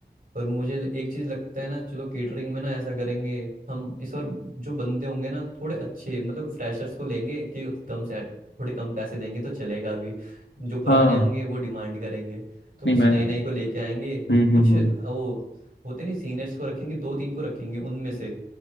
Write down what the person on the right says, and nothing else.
पर मुझे ल- एक चीज़ लगता है ना चलो केटरिंग में ना ऐसा करेंगे हम इस बार जो बंदे होंगे ना थोड़े अच्छे मतलब फ्रेशर्स को लेंगे कि कम से थोड़े कम पैसे देंगे तो चलेगा अभी जो पुराने
होंगे वो डिमांड करेंगे तो
कुछ
नए
नए को लेके आएंगे
कुछ
अ, वो होते नहीं सीनियर्स को रखेंगे दो तीन को रखेंगे उनमें से